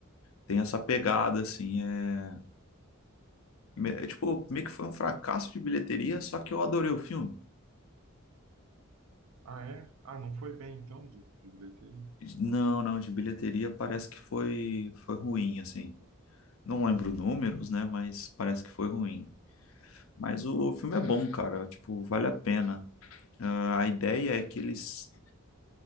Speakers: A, on the left (about 70°); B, on the right (about 80°).
A: tem essa pegada, assim, é... me- é tipo, meio que foi um fracasso de bilheteria, só que eu adorei o filme.
B: Ah, é? Ah, não foi bem então de, de bilheteria?
A: Não, não, de bilheteria parece que foi, foi ruim, assim. Não lembro números, né? Mas parece que foi ruim. Mas o filme é bom, cara. Tipo, vale a pena. Ah, a ideia é que eles.